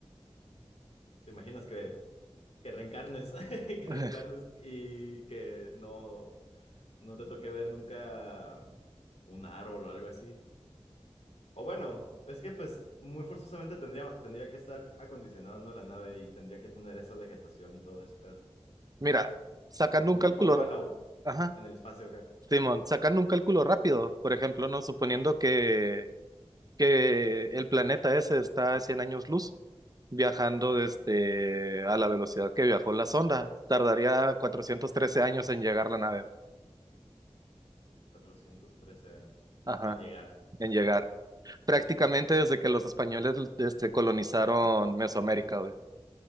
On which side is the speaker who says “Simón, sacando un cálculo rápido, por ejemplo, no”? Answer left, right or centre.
Right